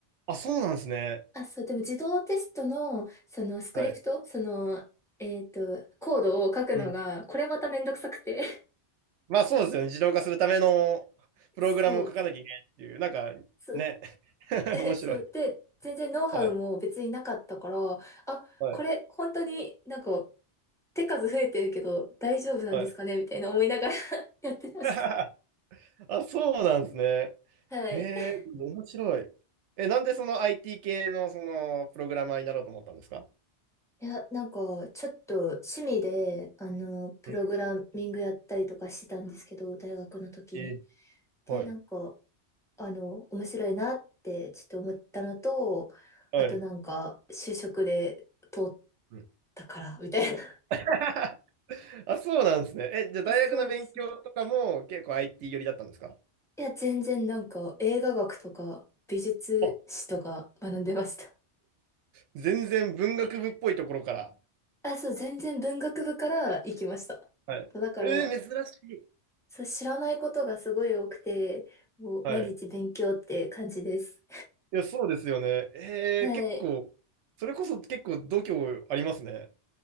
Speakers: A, on the right (about 80°); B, in the centre.
A: あ、そうなんですね。
B: あ、そう、でも自動テストの、その、スクリプト、
A: はい。
B: その、えっと、コードを書くのが、
A: うん。
B: これまためんどくさくて。
A: まあそうですよね。自動化するための
B: <laughs>
A: プログラムを書かなきゃいけないっていう、
B: そう、
A: なんかね、
B: そう、
A: <laughs>
B: え、
A: 面白い。
B: そう、で、全然ノウハウも別になかったから、
A: はい。
B: あ、
A: はい。
B: これ、本当になんか、手数増えてるけど大丈夫なんですかねみたいな思いながら
A: はい。
B: <laughs> やってました。
A: <laughs> あ、そうなんですね。
B: はい。
A: へえ、面白い。え、なんでその IT 系のそのプログラマーになろうと思ったんですか
B: いや、なんか、ちょっと趣味で、あの、プログラミングやったりとかしてたんですけど、
A: うん
B: 大学の時に。
A: え、
B: で、
A: はい。
B: なんか、あの、面白いなって、ちょっと思ったのと、
A: はい。
B: あとなんか、就職で通っ
A: うん
B: たから、みたいな。
A: <laughs> あ、そうなんですね。え、じゃあ大学の勉強とかも結構
B: <laughs> そうですね。
A: IT 寄りだったんですか
B: いや、全然なんか、映画学とか、美術史とか学んでました。
A: あ、全然文学部っぽいところから。
B: あ、そう、全然文学部から行きました。
A: はい。
B: だから、
A: えー、珍しい。
B: そう、知らないことがすごい多くて、もう毎日勉強って感じです。
A: はい。いや、そうですよね。えー、
B: はい。
A: 結構、それこそ結構度胸ありますね。